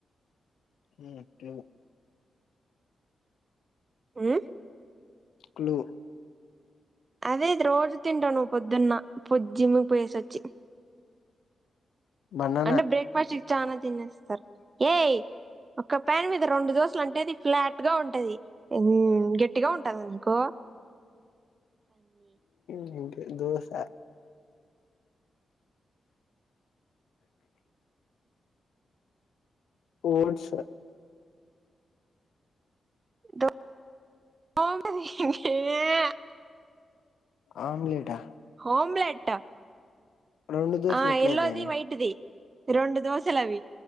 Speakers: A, on the left; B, on the right.
A: హ <unintelligible>
B: ఉమ్
A: క్లు
B: అదేటి రోజు తింటా నువ్వు పొద్దున్న పొద్ జిమ్కి పోయేసోచ్చి.
A: బనానా
B: అంటే బ్రేక్ఫాస్ట్కి చానా తినేస్తారు ఏయ్ ఒక ప్యాన్ మీద రెండు దోశలంటే అది ఫ్లాట్ గా ఉంటది ఉమ్ గెట్ గట్టిగా ఉంటాదనుకో
A: ంట దోస ఓట్స్
B: <unintelligible>
A: ఆమ్లెట్ ఆ
B: ఆమ్లెట్
A: రెండు దోశలు
B: ఆ
A: ఎట్లయితాయి
B: ఎల్లో ది వైట్ ది రెండు దోశలు అవి